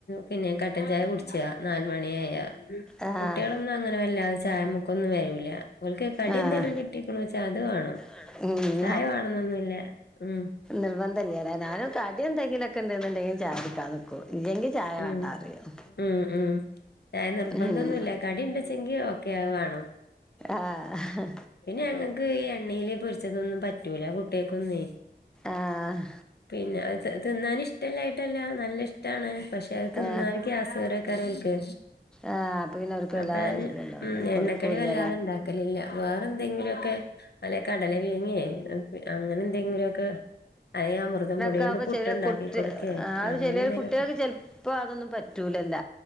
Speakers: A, on the left (about 65°); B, in the centre.
A: പിന്നെ കട്ടൻ ചായ കുടിച്ആ നാല് മണിയായാ
B: ആ ആ
A: കുട്ടീളൊന്നും അങ്ങനെ വല്ലാതെ ചായമ്മക്കൊന്നും വരൂല. ഓൽക്ക് കടി
B: ആ
A: എന്തേലും കിട്ടീക്ക്ണ്വച്ചാ അത് വാണം,
B: വേണം
A: ചായ വേണംന്നൊന്നുല്ല ഉം.
B: നിർബന്ധല്ലിയലേ ഞാനും കടി എന്തെങ്കിലൊക്കെ ണ്ട് ന്നുണ്ടെങ്കി ചായ കുടിക്കാം നിക്കും ഇല്ലെങ്കി ചായ വേണ്ട
A: ഉം
B: അറിയും
A: ഉം ഉം ചായ നിർബന്ധൊന്നുല്ല
B: ഉം.
A: കടി ണ്ടച്ചെങ്കി ഓക്കെ അയ് വാണം.
B: ആഹ്.
A: പിന്നെ ഞങ്ങക്ക് ഈ എണ്ണേല് പൊരിച്ചതൊന്നും പറ്റൂല കുട്ടീൾക്കൊന്നേയ്.
B: ആഹ്.
A: പിന്നെ അത് തിന്നാന് ഇഷ്ടല്ലായിട്ടല്ല നല്ല ഇഷ്ട്ടാണ്, പക്ഷെ അത് തിന്നാല്
B: ആ.
A: ഗ്യാസ് കേറാക്കാരം ഓൽക്ക്.
B: ആ അപ്പൊ പിന്നെ അവർക്ക്
A: അപ്പോ
B: എല്ലാ
A: ഞാന്
B: ഇതുണ്ടാവില്ല
A: ഉ
B: കൊടുക്കൂല
A: എണ്ണക്കടി
B: അല്ലേ
A: വല്ലാതെണ്ടാക്കലില്ല. വേറെ ന്തെങ്കിലോക്കെ അല്ലെ കടല പീങ്യേ അങ്ങനെ എന്തെങ്കിലുക്കെ അറിയ മൃതം പൊടി
B: ക ചെലേ കുട്ടി
A: കൊടുക്കേ
B: ആഹ്
A: അങ്ങനെ
B: ചെലേ
A: എന്തേലൊക്കെ
B: കുട്ടീൾക്ക് ചെൽപ്പോ അതൊന്നും പറ്റൂലല്ല.